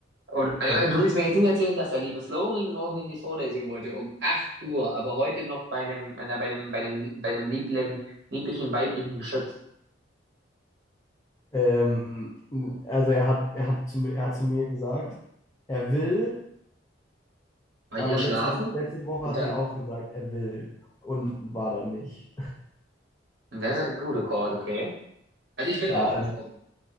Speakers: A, on the right; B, on the left.
A: Und, äh,
B: sonst
A: du willst mir jetzt nicht erzählen, dass der liebe Florin morgen in die Vorlesung wollte, um 8 Uhr, aber heute noch bei einem, einer- bei einem, bei einem, bei einem lieblen, lieblichen weiblichen Geschöpf
B: Ähm, also er hat, er hat zu, mir- er hat zu mir gesagt, er will,
A: bei
B: aber
A: ihr schlafen
B: letzte, Mal, letzte Woche
A: und
B: hat
A: dann,
B: er auch gesagt, er will und war dann nicht.
A: das ist ein guter Call, okay. Also ich will
B: Ja,
A: auch
B: also
A: morgen.